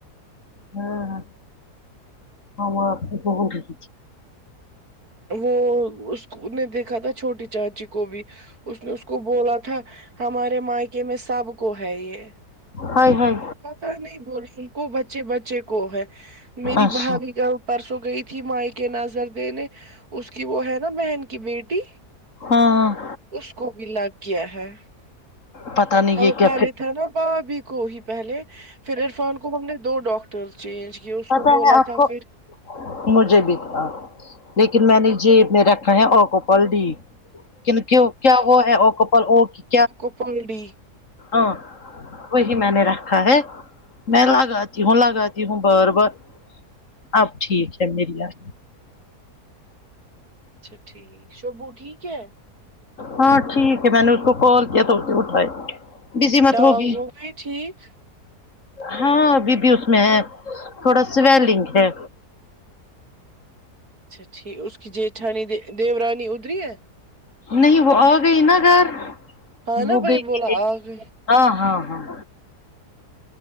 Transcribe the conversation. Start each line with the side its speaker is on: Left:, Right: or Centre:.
Left: ہاں ہم آپ بہت دیک
Right: وہ اس نے دیکھا تھا چھوٹی چاچی کو بھی اس نے اس کو بولا تھا ہمارے مائکے میں سب کو ہے یہ
Left: ہائے ہائے
Right: پتا نہیں بول رہوں کو بچے بچے کو ہے میری
Left: اچھا
Right: بھابھی کو پرسوں گئی تھی مائ کے نظر دینے اس کی وہ ہے نا بہن کی بیٹی
Left: ہاں ہاں
Right: اس کو بھی لگ گیا ہے
Left: پتا نہیں
Right: ہم
Left: یہ کیا
Right: پہلے تھا نا بھابھی کو ہی پہلے پھر عرفان کو ہم نے دو ڈاکٹر ٹر چینج کیا اس
Left: پتا
Right: کو بولا
Left: ہے آپ
Right: تھا
Left: کو
Right: پھر
Left: مجھے بھی تھا لیکن میں نے جیب میں رکھا ہے اکوپل ڈی کن کی کیا وہ <unintelligible>
Right: آپ کو پانی دی
Left: ہاں وہی میں نے رکھا ہے میں لگاتی ہوں لگاتی ہوں بار بار اب ٹھیک ہے میری آد
Right: اچھا ٹھیک شبو ٹھیک ہے
Left: ہاں ٹھیک ہے میں نے اس کو کال کیا تھا اسے اٹھائے بزی مت
Right: ٹانگ
Left: ہوگی
Right: ہو گئی ٹھیک
Left: ہاں اب بھی اس میں ہے تھوڑا سویلنک ہے
Right: اچھا ٹھیک اس کی جٹھانی دیورانی ادری ہے
Left: نہیں وہ آ گئی نا گھر
Right: ہاں
Left: وہ
Right: نا وہی
Left: گئی
Right: بولا
Left: تھی ایک
Right: آ گئی
Left: ہاں ہاں ہاں